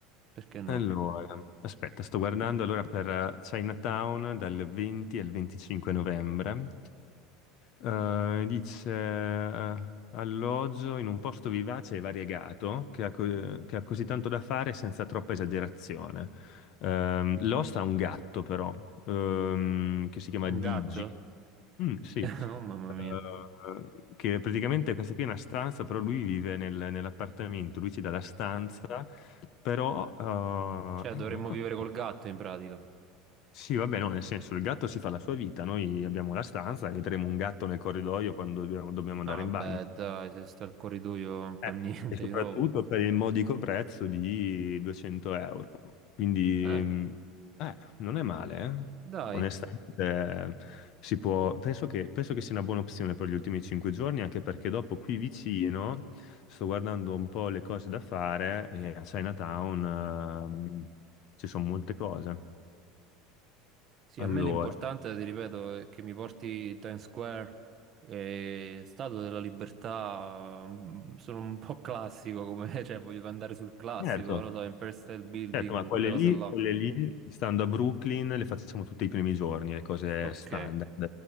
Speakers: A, on the right; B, on the left.
A: Perché no?
B: Allora, aspetta, sto guardando allora per eh, Chinatown dal 20 al 25 novembre. Eh, dice eh, alloggio in un posto vivace e variegato che ha, co- che ha così tanto da fare senza troppa esagerazione. Ehm, l'host ha un gatto però, ehm, che si chiama
A: Un
B: Digi.
A: gatto?
B: Mm, sì.
A: <laughs> Oh mamma
B: Eh,
A: mia.
B: che praticamente questa qui è una stanza, però lui vive nel- nell'appartamento, lui ci dà la stanza però, eh,
A: Cioè, dovremmo
B: eh, non conosco.
A: vivere col gatto in pratica.
B: Sì, vabbè, no, nel senso, il gatto si fa la sua vita, noi abbiamo la stanza e vedremo un gatto nel corridoio quando dobbiamo dobbiamo andare
A: Ah,
B: in bagno.
A: beh, dai, se sta al corridoio non
B: Eh,
A: fa <laughs> niente.
B: E soprattutto
A: Io...
B: per il modico prezzo di 200 euro. Quindi,
A: Eh,
B: mh, eh, non è male, eh.
A: dai.
B: Onestamente, eh, si può... Penso che, penso che sia una buona opzione per gli ultimi 5 giorni, anche perché dopo qui vicino sto guardando un po' le cose da fare e a Chinatown, ehm, ci sono molte cose.
A: Sì,
B: Allora,
A: a me l'importante, ti ripeto, è che mi porti Times Square, e Statua della Libertà. mm, Sono un po' classico come, <laughs> cioè, voglio andare sul classico,
B: certo,
A: non lo so, Empire State Building,
B: Certo, ma quelle
A: quelle cose
B: lì,
A: là.
B: quelle lì, stando a Brooklyn, le facciamo tutti i primi giorni, le cose
A: Ok.
B: standard,